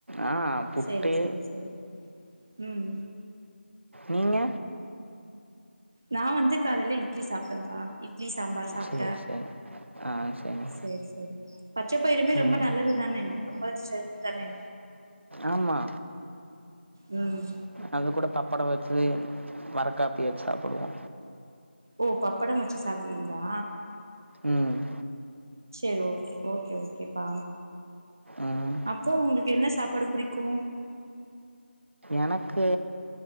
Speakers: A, on the right; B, on the right.
A: ஆ புட்டு
B: சேரி செரி செரி ம்
A: நீங்க
B: நா வந்து காலைல இட்லி சாப்ட்டேம்பா இட்லி சாம்பாரு சாப்ட்டே
A: சரி சரி ஆ சரி
B: செரி செரி பச்சப்பயறுமே ரொம்ப
A: ம்
B: நல்லதுதானே ரொம்ப ஸ்ட்ரென்த்து தானே
A: ஆமா
B: ம்
A: அது கூட பப்படோ வச்சு வரக்காப்பி வச் சாப்புடுவே
B: ஓ பப்படம் வச்சு சாப்டுவீங்ளா
A: ம்
B: செரி ஓகே ஓகே ஓகேப்பா
A: ம்
B: அப்போ உங்குளுக்கு என்ன சாப்பாடு புடிக்கூ
A: எனக்கு